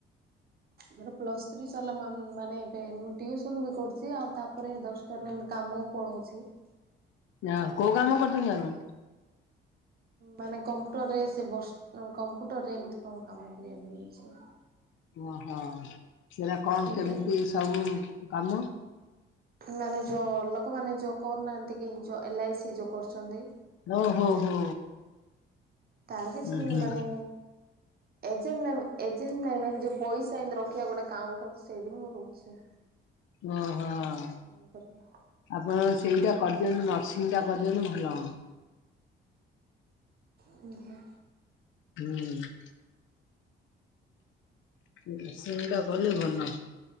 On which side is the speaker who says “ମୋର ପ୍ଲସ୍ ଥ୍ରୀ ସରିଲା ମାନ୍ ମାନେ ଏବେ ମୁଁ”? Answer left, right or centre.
Right